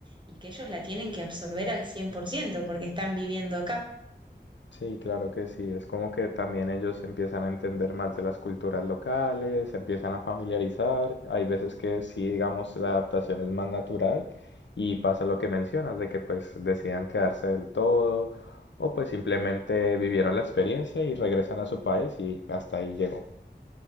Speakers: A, on the right; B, on the left.
A: y que ellos la tienen que absorber al cien por ciento porque están viviendo acá.
B: Sí, claro que sí. Es como que también ellos empiezan a entender más de las culturas locales, se empiezan a familiarizar. Hay veces que sí, digamos, la adaptación es más natural y pasa lo que mencionas, de que pues decidan quedarse del todo o pues simplemente vivieron la experiencia y regresan a su país y hasta ahí llegó.